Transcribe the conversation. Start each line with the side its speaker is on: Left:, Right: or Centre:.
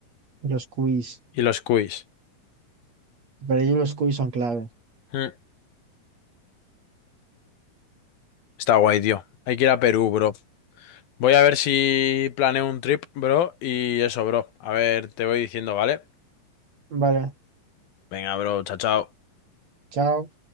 Right: y Los quiz.
Left: Y los cuis.
Right: Para ellos los quiz son clave.
Left: Mm. Está guay, tío. Hay que ir a Perú, bro. Voy a ver si planeo un trip, bro. Y eso, bro. A ver, te voy diciendo, ¿vale?
Right: Vale.
Left: Venga, bro. Chao, chao.
Right: Chao.